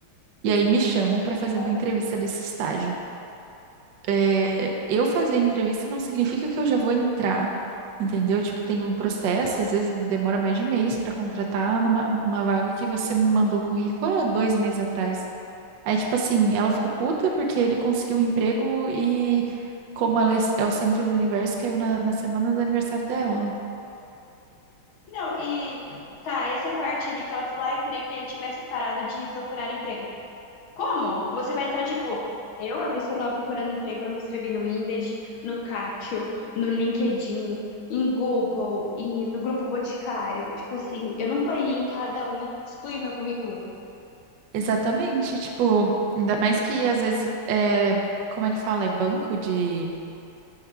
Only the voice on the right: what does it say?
E aí me chamam pra fazer
uma entrevista desse estágio é, eu fazer entrevista não significa que eu já vou entrar, entendeu? Tipo, tem um processo, às vezes demora mais de mês para contratar numa uma vaga que você me mandou currículo há dois meses atrás. Aí, tipo assim, ela ficou puta porque ele conseguiu um emprego e, como ela é, é o centro do universo, caiu na, na semana do aniversário dela.
Exatamente, tipo, ainda mais que às vezes, é, como é que fala? É banco de